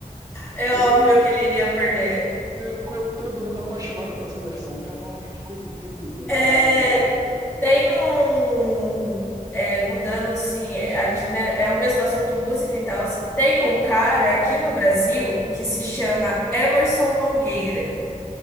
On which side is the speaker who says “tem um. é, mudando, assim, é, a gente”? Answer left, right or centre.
Centre